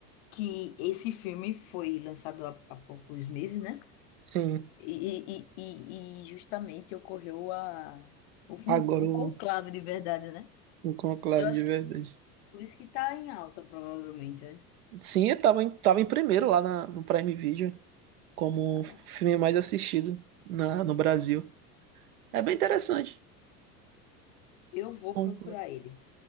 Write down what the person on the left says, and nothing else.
Que esse filme foi lançado há, há poucos meses, né?
E, e, e, e justamente ocorreu a, o, con-
o
conclave de verdade, né?
Eu acho
que por isso que tá em alta, provavelmente, né?
Cara.
Eu vou
procurar ele,